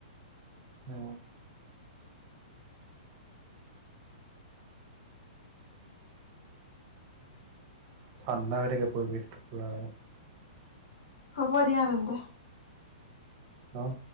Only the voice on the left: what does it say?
হ'ব দিয়া তেন্তে।